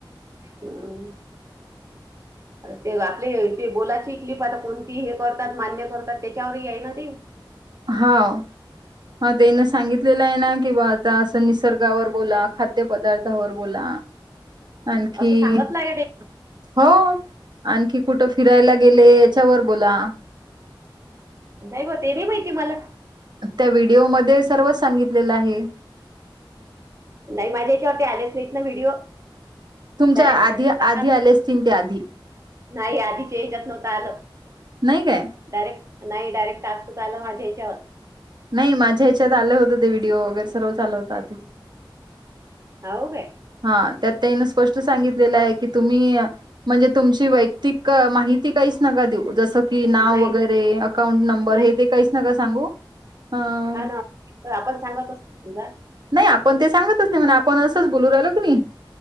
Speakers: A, on the right (about 35°); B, on the right (about 60°).
A: हम्म.
B: <inaudible>
A: आ ते आपले ते बोलायची क्लिप आता कोणती हे करतात मान्य करतात त्याच्यावरही आहे ना ते.
B: हाव. हा तेन सांगितलेलं आहे ना कि बा आता असं निसर्गावर बोला, खाद्य पदार्थ थावर बोला आणखी
A: असं सांगतलं आहे ते
B: हो, आणखी कुठं फिरायला गेले याच्यावर बोला.
A: नायबा ते भी माहिती मला.
B: त्या व्हिडिओमध्ये सर्व सांगितलेलं आहे.
A: नाही माझ्या याच्यावरती आलेच नाहीत ना ते व्हिडिओ.
B: तुमच्या
A: डायरेक्ट
B: आधी
A: टास्क
B: आधी आले आसतीन ते आधी.
A: नाही आधीचे हच्यात नव्हतं आलं.
B: नाही काय.
A: डायरेक्ट नाही डायरेक्टास्क चाला माझ्या याच्यावर.
B: नाही माझ्या ह्याच्यात आलं होतं ते व्हिडिओ वगैरे सर्व चालत होता आधी.
A: हावू काय.
B: हा त्यात त्यान स्पष्ट सांगितलेलं आहे की तुम्ही. म्हणजे तुमची वैयक्तिक माहिती, काहीच नका देऊ जसं. की नाव
A: नाही
B: वगैरे अकाउंट नंबर
A: नाही
B: हे ते काहीच नका सांगू. अ हम्म
A: हा ना तर आपण सांगत अस समजा.
B: नाही आपण ते सांगतच नाही म्हणा आपण असंच बोलू राहिलो की नाही.